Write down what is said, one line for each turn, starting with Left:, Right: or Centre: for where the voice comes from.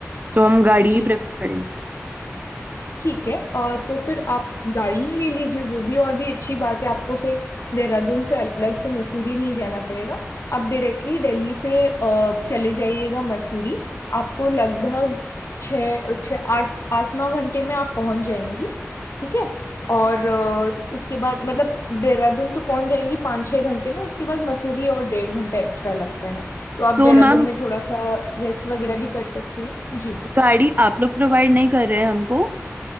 Right: तो हम गाड़ी
Left: जी
Right: ही प्रेफर करेंगे
Left: ठीक है अ, तो फिर आप गाड़ी ही ले लीजिए वो भी और भी अच्छी बात है आपको फिर देहरादून से अलग से मसूरी नहीं जाना पड़ेगा आप डायरेक्टली दिल्ली से अ, चले जाइएगा मसूरी आपको लगभग छः छः आठ आठ नौ घंटे में आप पहुंच जाएंगी ठीक है और अ, उसके बाद मतलब देहरादून तो पहुंच जाएंगी पाँच छः घंटे में उसके बाद मसूरी और डेढ़ घंटा एक्स्ट्रा लगता है तो आप
Right: तो
Left: देहरादून
Right: मैम
Left: में थोड़ा सा रेस्ट वगैरह भी कर सकती हैं जी
Right: गाड़ी आप लोग प्रोवाइड नहीं कर रहे हैं हमको